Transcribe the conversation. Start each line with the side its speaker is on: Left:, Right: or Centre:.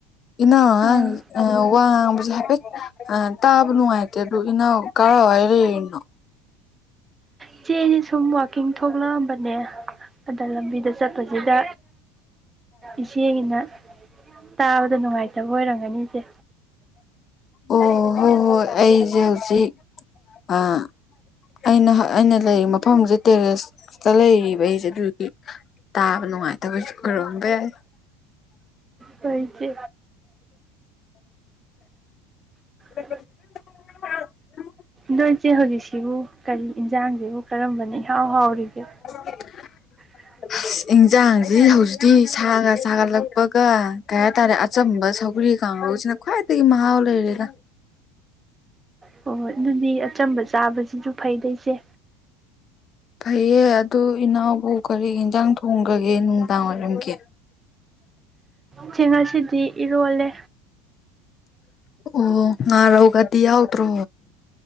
Left: ꯏꯅꯥꯎꯅ ꯉꯥꯡꯉꯤ
Right: ꯑꯥ
Left: ꯑ ꯋꯥ ꯉꯥꯡꯕꯁꯦ ꯍꯥꯏꯄꯦꯠ ꯑ ꯇꯥꯕ ꯅꯨꯡꯉꯥꯏꯇꯦ ꯑꯗꯨ ꯏꯅꯥꯎ ꯀꯔꯥꯏꯋꯥꯏ ꯂꯩꯔꯤꯅꯣ
Right: ꯏꯆꯦ ꯑꯩꯖꯤ ꯁꯨꯝ ꯋꯥꯛꯀꯤꯡ ꯊꯣꯛꯂꯛꯑꯝꯕꯅꯦ ꯑꯗ ꯂꯝꯕꯤꯗ ꯆꯠꯄꯖꯤꯗ ꯏꯆꯦꯒꯤꯅ ꯇꯥꯕꯗ ꯅꯨꯡꯉꯥꯏꯇꯕ ꯑꯣꯏꯔꯝꯒꯅꯤ ꯏꯆꯦ
Left: ꯑꯣ ꯍꯣ ꯍꯣꯏ ꯑꯩꯖꯦ ꯍꯧꯖꯤꯛ ꯑꯥ ꯑꯩꯅ ꯑꯩꯅ ꯂꯩꯔꯤ ꯃꯐꯝꯁꯦ ꯇꯦꯔꯦꯁꯇ ꯂꯩꯔꯤꯕ ꯑꯩꯖꯦ ꯑꯗꯨꯒꯤ ꯇꯥꯕ ꯅꯨꯡꯉꯥꯏꯇꯕꯁꯨ ꯑꯣꯏꯔꯣꯝꯕ ꯌꯥꯏ
Right: ꯍꯣꯏ ꯏꯆꯦ <inaudible>
Left: <unintelligible>
Right: ꯗꯣ ꯏꯆꯦ ꯍꯧꯖꯤꯛꯁꯤꯕꯨ ꯀꯔꯤ ꯏꯟꯖꯥꯡꯖꯤꯕꯨ ꯀꯔꯝꯕꯅ ꯏꯍꯥꯎ ꯍꯥꯎꯔꯤꯒꯦ
Left: <unintelligible>
Right: <unintelligible>
Left: ꯏꯟꯖꯥꯡꯖꯤ ꯍꯧꯖꯤꯛꯇꯤ ꯁꯥꯒ ꯁꯥꯒꯠꯂꯛꯄꯒ ꯀꯩ ꯍꯥꯏꯇꯥꯔꯦ ꯑꯆꯝꯕ ꯁꯧꯒ꯭ꯔꯤ ꯀꯥꯡꯒꯧ ꯁꯤꯅ ꯈꯋꯥꯏꯇꯒꯤ ꯃꯥꯍꯥꯎ ꯂꯩꯔꯦꯗ
Right: ꯍꯣ ꯍꯣꯏ ꯑꯗꯨꯗꯤ ꯑꯆꯝꯕ ꯆꯥꯕꯁꯤꯁꯨ ꯐꯩꯗ ꯏꯆꯦ
Left: ꯐꯩꯌꯦ ꯑꯗꯨ ꯏꯅꯥꯎꯕꯨ ꯀꯔꯤ ꯌꯦꯟꯖꯥꯡ ꯊꯣꯡꯈ꯭ꯔꯒꯦ ꯅꯨꯡꯗꯥꯡꯋꯥꯏꯔꯝꯒꯤ
Right: ꯆꯦ ꯉꯁꯤꯗꯤ ꯏꯔꯣꯜꯂꯦ
Left: ꯑꯣ ꯉꯔꯎꯒꯗꯤ ꯌꯥꯎꯗ꯭ꯔꯣ